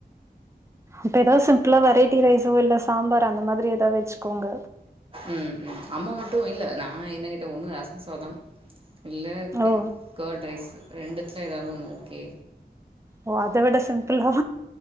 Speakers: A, on the right; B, on the right.
A: இப்போ எதாவ்து சிம்பிளா வெரைட்டி ரைஸோ இல்ல சாம்பார் அந்த மாதிரி ஏதா வெச்சுக்கோங்க
B: ம் ம் அம்மா மட்டு இல்ல நா என்ன கேட்டே ஒன்னு ரசம் சாதம் இல்ல
A: ஓ
B: கேர்ட் ரைஸ் ரெண்டுத்துல எதாவ்து ஒன்னு ஓகே
A: ஓ அத விட சிம்பிளா